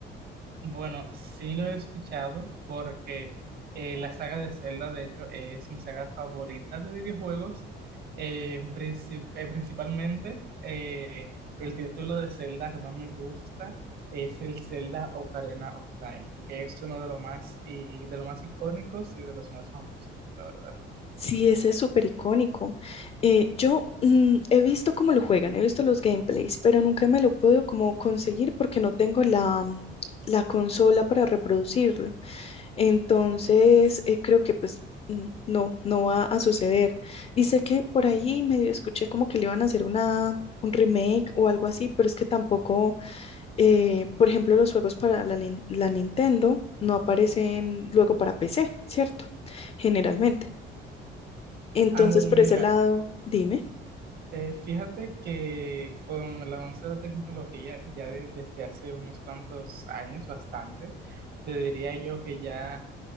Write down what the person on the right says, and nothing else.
Bueno, sí lo he escuchado porque eh, la saga de Zelda, de hecho, es mi saga favorita de videojuegos. Eh, princip- eh, principalmente, eh, el título de Zelda que más me gusta es el Zelda Ocarina of Time, que es uno de los más, y, de los más icónicos y de los más famosos, la verdad.
Ah, bueno,
mira,
Eh, fíjate que con el avance de la tecnología, ya de- desde hace unos cuantos años, bastante, te diría yo que ya